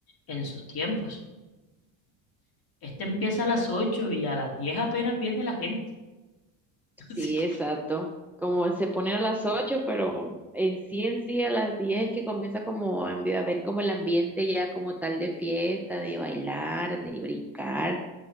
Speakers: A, on the left; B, in the centre.
A: en sus tiempos, este empieza a las 8 y a las diez apenas viene la gente. <laughs> Así
B: Sí,
A: que
B: exacto. Como se pone a las 8, pero en sí en sí a las 10 que comienza como a ambi- a ver como el ambiente ya como tal de fiesta, de bailar, de brincar.